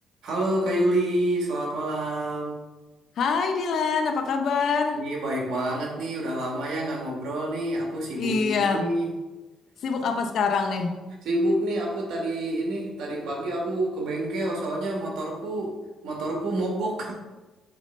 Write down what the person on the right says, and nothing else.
Halo Kak Yuli, selamat malam.
Ih, baik banget nih, udah lama ya nggak ngobrol nih. Aku sibuk
juga nih.
Sibuk nih aku tadi ini, tadi pagi aku ke bengkel soalnya motorku motorku mogok.